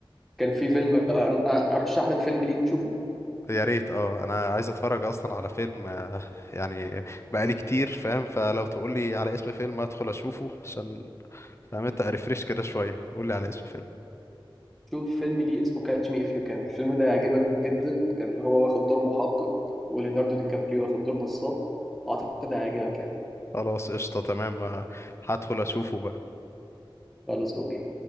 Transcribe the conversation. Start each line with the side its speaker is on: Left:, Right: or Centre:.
Centre: كان في فيلم أ- أرشح لك فيلم ليه تشوفه
Left: يا ريت اه انا عايز اتفرج اصلا على فيلم آه، يعني بقالي كتير فاهم فلو تقول لي على اسم فيلم ادخل اشوفه عشان فاهم انت ريفريش كده شوية قول لي على اسم فيلم
Centre: شوف فيلم ليه اسمه كاتش مي إف يو كان الفيلم ده هيعجبك جدا كان هو واخد دور محقق وليوناردو دي كابريو واخد دور نصاب وأعتقد هيعجبك يعني
Left: خلاص قشطة تمام آه، هدخل اشوفه بقى
Centre: خلاص أوكي